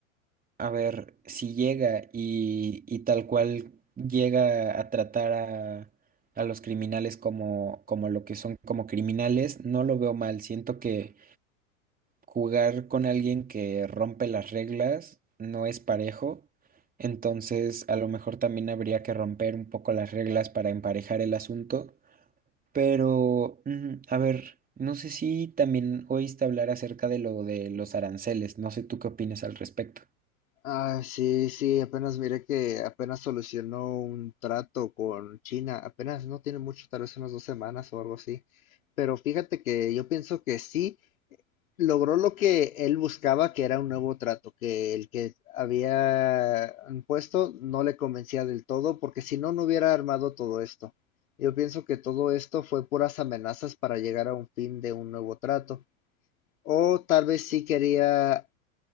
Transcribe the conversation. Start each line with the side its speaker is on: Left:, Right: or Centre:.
Right: a ver, si llega y, y tal cual llega a tratar a, a los criminales como, como lo que son como criminales, no lo veo mal. Siento que jugar con alguien que rompe las reglas no es parejo. Entonces, a lo mejor también habría que romper un poco las reglas para emparejar el asunto. Pero, mm, a ver, no sé si también oíste hablar acerca de lo de los aranceles, no sé tú qué opinas al respecto.
Left: Ah, sí, sí, apenas miré que apenas solucionó un trato con China, apenas no tiene mucho, tal vez unas dos semanas o algo así. Pero fíjate que yo pienso que sí logró lo que él buscaba, que era un nuevo trato, que el que había puesto no le convencía del todo, porque si no, no hubiera armado todo esto. Yo pienso que todo esto fue puras amenazas para llegar a un fin de un nuevo trato. O tal vez sí quería